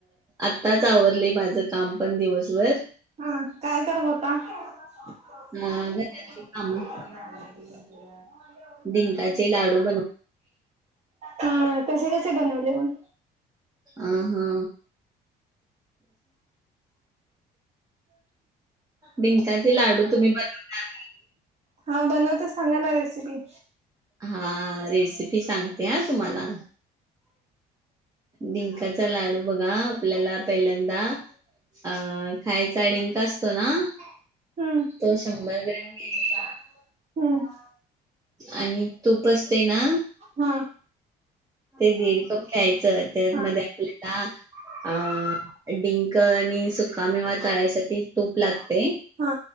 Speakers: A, on the right (about 20°); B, on the right (about 40°).
A: आत्ताच आवरले माझं काम पण दिवसभर
B: हा काय करत होता <unintelligible>
A: अ घरातली काम डिंकाचे लाडू बनव
B: हा कसे कसे बनवले मंग
A: अ हा
B: <inaudible>
A: डिंकाचे लाडू तुम्ही बनवून घ
B: हा बनवते सांगा ना रेसिपी
A: हा रेसिपी सांगते हा तुम्हाला डिंकाचा लाडू बघा आपल्याला पहिल्यांदा अ
B: हम्
A: खायचा डिंक असतो ना
B: <unintelligible>
A: तो शंभर ग्रॅम
B: हम्
A: आणि तूप असते ना
B: हा
A: ते दीड कप ख्यायचं त्यातमध्ये
B: हा
A: आपल्याला अ डिंक आणि सुकामेवा तळायसाठी तूप लागते
B: हा